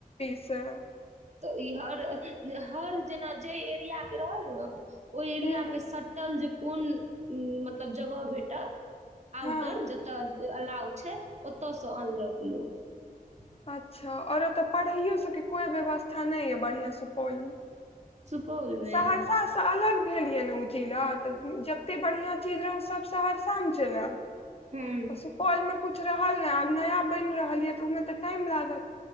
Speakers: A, on the left; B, on the right.
A: सँ
B: तऽ ई हर हर जेना जाहि एरिया के रहल ने ओहि एरियाके
A: हूँ
B: सटल जे कोन मतलब जगह भेटल
A: हँ
B: आउटर जतय अलाव छै ओतयसँ अनलक लोक
A: अच्छा आओर ओतय पढ़ाइयो सभकेँ कोइ व्यवस्था नहि अए बढियां सुपौलमे
B: सुपौलमे
A: सहरसासँ अलग भेल ये ने ओ जिला तऽ जते बढ़ियां चीज रहै ओ सब सहरसामे चलि आएल
B: हँ
A: तऽ सुपौलमे कुछ रहल नै आब नया बनि रहल अए तऽ ओहिमे तऽ टाइम लागत